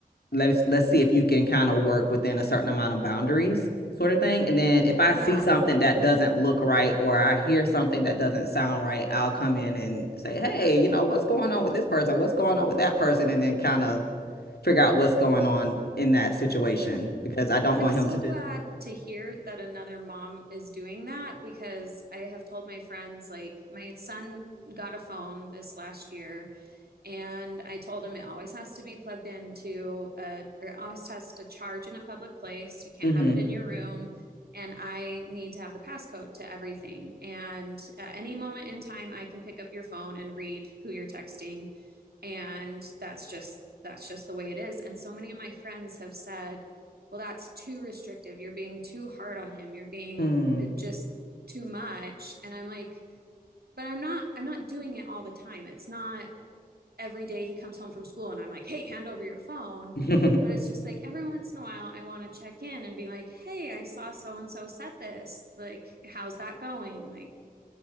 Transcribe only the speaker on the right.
Yeah.
I'm
so
glad to hear that another mom is doing that because I have told my friends, like, my son got a phone this last year, and I told him it always has to be plugged into a, or it always has to charge in a public place. You can't
have it in your room. And I need to have the passcode to everything. And at any moment in time, I can pick up your phone and read who you're texting. And that's just, that's just the way it is. And so many of my friends have said, well, that's too restrictive. You're being too hard on him. You're being
uh, just too much. And I'm like, but I'm not, I'm not doing it all the time. It's not every day he comes home from school and I'm like, hey, hand over your phone.
But it's just like every once in a while, I want to check in and be like, hey, I saw so and so said this. Like, how's that going? Like,